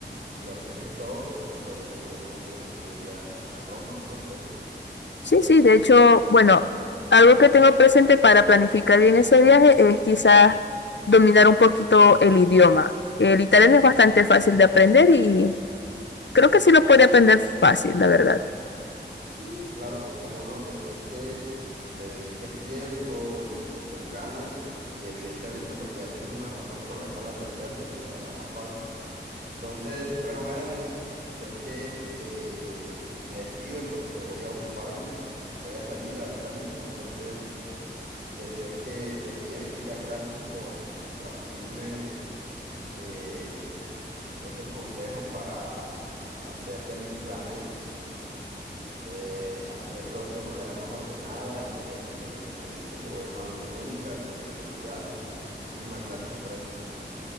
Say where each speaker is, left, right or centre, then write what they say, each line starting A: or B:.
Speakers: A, on the right; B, on the left.
A: y ordenes todo, creo que podrías tener un excelente viaje a Roma, ¿no crees?
B: Sí, sí, de hecho, bueno, algo que tengo presente para planificar bien ese viaje es quizás dominar un poquito el idioma. El italiano es bastante fácil de aprender y creo que sí lo puede aprender fácil, la verdad.
A: Sí, claro, cómo no, después que le dediques tiempo y con ganas, y evidentemente porque ya tienes una razón por la cual aprenderlo, se te hará más fácil. Entonces, bueno, Melanie, creo que eh, me despido porque voy a ocuparme, voy a salir ahorita mismo, entonces deseo que estés bien. Muchas gracias por compartirme eh, esos consejos para hacer de mis planes, de hacerlos de manera más ordenada y pues que mis experiencias se vuelvan únicas e inolvidables. Muchísimas gracias por eso.